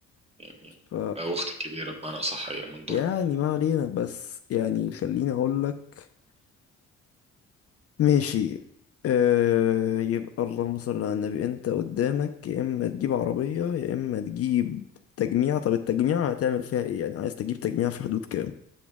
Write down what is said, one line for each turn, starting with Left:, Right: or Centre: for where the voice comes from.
Right: يعني
Left: ف
Right: او اختي الكبيرة بمعنى اصح هي من دور
Left: يعني ما علينا بس يعني خليني اقول لك ماشي آه يبقى اللهم صل على النبي انت قدامك يا اما تجيب عربية يا اما تجيب تجميع طب التجميع هتعمل فيها ايه يعني عايز تجيب تجميع في حدود كام